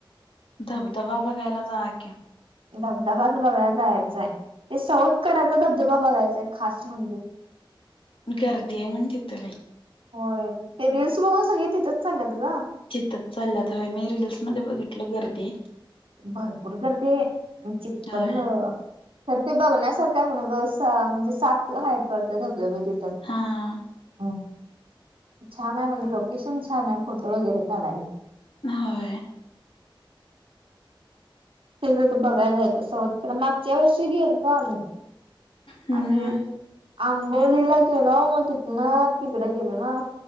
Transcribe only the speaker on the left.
धबधबा बघायला जावा की.
गर्दी आहे म्हण तिथं लई.
चितच चालल्यात होय मी रीलस मध्ये बघितलो गर्दी आहे.
होय
हा
होय
हम्म
हम्म